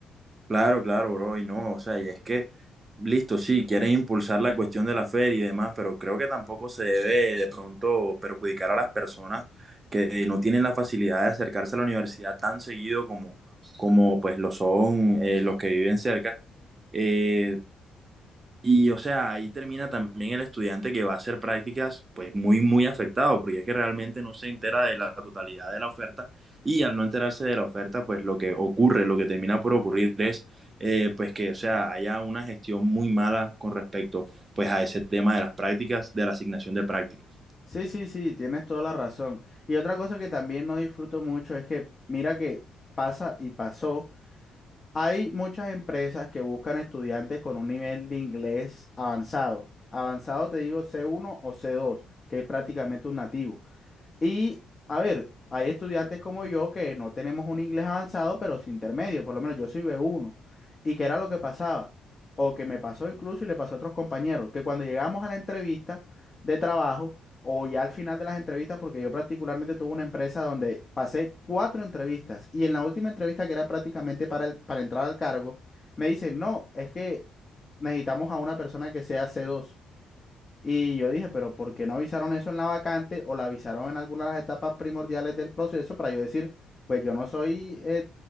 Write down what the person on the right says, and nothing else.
Claro, claro, bro, y no, o sea, y es que, listo, sí, quieren impulsar la cuestión de la feria y demás, pero creo que tampoco se debe de pronto perjudicar a las personas que no tienen la facilidad de acercarse a la universidad tan seguido como, como pues lo son eh, los que viven cerca. Eh, y o sea, ahí termina también el estudiante que va a hacer prácticas, pues muy, muy afectado, porque es que realmente no se entera de la totalidad de la oferta y al no enterarse de la oferta, pues lo que ocurre, lo que termina por ocurrir es, eh, pues que, o sea, haya una gestión muy mala con respecto, pues a ese tema de las prácticas, de la asignación de prácticas.